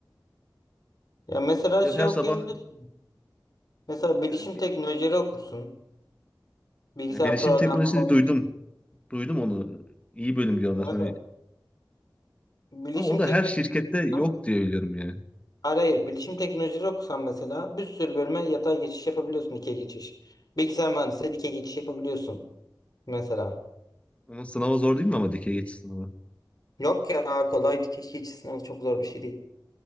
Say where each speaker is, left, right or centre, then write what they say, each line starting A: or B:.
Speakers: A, on the left; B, on the left.
A: Ya mesela
B: İşte
A: şey
B: her
A: okuyabilirsin.
B: sabah
A: Mesela bilişim
B: yani, bi-
A: teknolojileri okursun. Bilgisayar
B: yani bilişim
A: programlama
B: teknolojisini
A: okursun.
B: duydum. Duydum onu. İyi bölüm diyorlar
A: Mesela
B: hani.
A: bilişim
B: Ama o da
A: teknolojileri
B: her şirkette yok
A: okusan-
B: diye biliyorum yani.
A: Hayır hayır. Bilişim teknolojileri okusan mesela bir sürü bölüme yatay geçiş yapabiliyorsun. Dikey geçiş. Bilgisayar mühendisliğe dikey geçiş yapabiliyorsun. Mesela.
B: Onun sınavı zor değil mi ama dikey geçiş sınavı?
A: Yok ya kolay dikey geçiş sınavı çok zor bir şey değil.